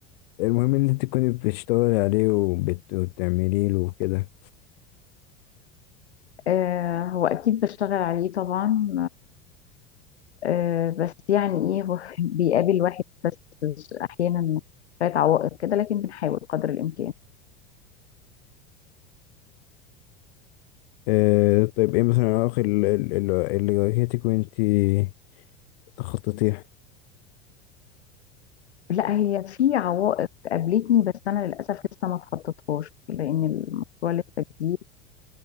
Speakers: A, on the left; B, on the left.
A: المهم إن أنت تكوني بتشتغلي عليه وبت... وبتعمليه له وكده
B: آه هو أكيد بشتغل عليه طبعا آه بس يعني إيه هو <laughs> بيقابل واحد بس أحيانا شوية عوائق كده لكن بنحاول قدر الإمكان
A: آه طيب ايه مثلا العوائق ال- ال- ال- اللي واجهتك وانتي تخططيه
B: لا هي في عوائق قابلتني بس انا للاسف لسه ما اتخطيتهاش لان المشروع لسه جديد